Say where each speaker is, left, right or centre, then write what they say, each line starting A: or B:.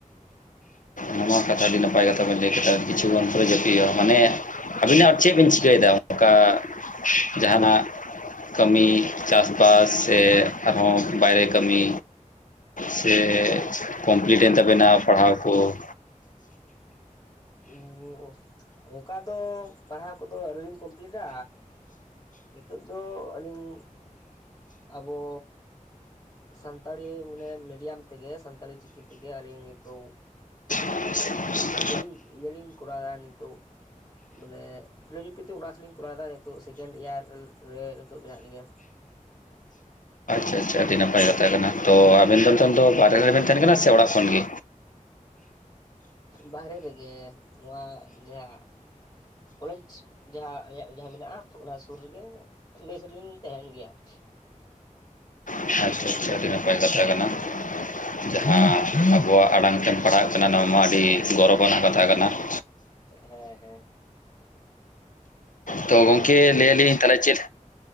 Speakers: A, on the left; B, on the left.
A: ᱱᱚᱣᱟ ᱠᱟᱛᱷᱟ᱾ ᱟᱹᱰᱤ ᱱᱟᱯᱟᱭ ᱠᱟᱛᱷᱟ ᱵᱮᱱ ᱞᱟᱹᱭ ᱠᱮᱫᱟ ᱠᱤᱪᱷᱩ ᱠᱷᱚᱱ ᱯᱚᱨᱮ ᱡᱟᱹᱯᱤᱜ ᱦᱳᱭᱳᱜᱼᱟ ᱢᱟᱱᱮ ᱟᱹᱵᱤᱱ ᱟᱨ ᱪᱮᱫ ᱵᱤᱱ ᱪᱤᱠᱟᱹᱭᱫᱟ, ᱚᱱᱠᱟ ᱡᱟᱦᱟᱸᱱᱟᱜ? ᱠᱟᱹᱢᱤ ᱪᱟᱥ ᱵᱟᱥ ᱥᱮ ᱟᱨᱦᱚᱸ ᱵᱟᱭᱨᱮ ᱠᱟᱹᱢᱤ᱾ ᱥᱮ
B: ᱚ
A: ᱠᱚᱢᱯᱞᱤᱴ ᱮᱱ ᱛᱟᱵᱤᱱᱟ ᱯᱟᱲᱦᱟᱣ ᱠᱚ᱾ <inaudible>
B: ᱩᱸ ᱚᱱᱠᱟ ᱫᱚ ᱯᱟᱲᱦᱟᱣ ᱠᱚᱫᱚ ᱟᱹᱣᱨᱤ ᱞᱤᱧ ᱠᱚᱢᱯᱞᱤᱴᱟ᱾ ᱱᱤᱛᱚᱜ ᱫᱚ ᱟᱹᱞᱤᱧ ᱟᱵᱚ ᱥᱟᱱᱛᱟᱲᱤ ᱢᱟᱱᱮ ᱢᱤᱰᱤᱭᱟᱢ ᱛᱮᱜᱮ ᱥᱟᱱᱛᱟᱞᱤ ᱪᱤᱠᱤ ᱛᱮᱜᱮ ᱟᱹᱞᱤᱧ ᱱᱤᱛᱳᱜ
A: <inaudible>
B: ᱤᱭᱟᱹ ᱞᱤᱧ ᱤᱭᱟᱹ ᱞᱤᱧ ᱠᱚᱨᱟᱣᱫᱟ ᱱᱤᱛᱳᱜ ᱢᱟᱱᱮ ᱯᱷᱤᱞᱳᱡᱚᱯᱤ ᱛᱮ ᱚᱱᱟᱨᱥ ᱞᱤᱧ ᱠᱚᱨᱟᱣᱫᱟ ᱱᱤᱛᱳᱜ ᱥᱮᱠᱮᱱᱰ ᱤᱭᱟᱨ ᱨᱮ ᱱᱤᱛᱚᱴᱳᱜ ᱢᱮᱱᱟᱜ ᱞᱤᱧᱟ᱾
A: ᱟᱪᱪᱷᱟ ᱟᱪᱪᱷᱟ ᱟᱹᱰᱤ ᱱᱟᱯᱟᱭ ᱠᱟᱛᱷᱟ ᱠᱟᱱᱟ, ᱛᱚ ᱟᱵᱮᱱ ᱫᱚ ᱱᱤᱛᱳᱝ ᱫᱚ ᱵᱟᱨᱦᱮ ᱨᱮᱵᱮᱱ ᱛᱟᱦᱮᱱ ᱠᱟᱱᱟ ᱥᱮ ᱚᱲᱟᱜ ᱠᱷᱚᱱ ᱜᱮ?
B: ᱵᱟᱦᱨᱮ ᱨᱮᱜᱮ ᱱᱚᱣᱟ ᱡᱟᱦᱟᱸ ᱠᱚᱞᱮᱡᱽ ᱡᱟᱦᱟᱸ ᱟᱞᱮᱭᱟᱜ ᱡᱟᱦᱟᱸ ᱢᱮᱱᱟᱜᱼᱟ, ᱚᱱᱟ ᱥᱩᱨ ᱨᱮᱜᱮ ᱢᱮᱥ ᱨᱮᱞᱤᱧ ᱛᱟᱦᱮᱱ ᱜᱮᱭᱟ ᱾
A: ᱟᱪᱪᱷᱟ ᱟᱪᱪᱷᱟ ᱟᱹᱰᱤ ᱱᱟᱯᱟᱭ ᱠᱟᱛᱷᱟ ᱠᱟᱱᱟ
B: ᱦᱮᱸ
A: ᱡᱟᱦᱟᱸ ᱟᱵᱚᱣᱟᱜ ᱟᱲᱟᱝ ᱛᱮᱢ ᱯᱟᱲᱦᱟᱜ ᱠᱟᱱᱟ ᱱᱚᱣᱟ ᱢᱟ ᱟᱹᱰᱤ ᱜᱚᱨᱚᱵᱽ ᱟᱱᱟᱜ ᱠᱟᱛᱷᱟ ᱠᱟᱱᱟ ᱾
B: ᱦᱮᱸ ᱦᱮᱸ
A: ᱛᱚ ᱜᱚᱝᱠᱮ ᱞᱟᱹᱭᱟᱞᱤᱧ ᱛᱟᱦᱞᱮ ᱪᱮᱫ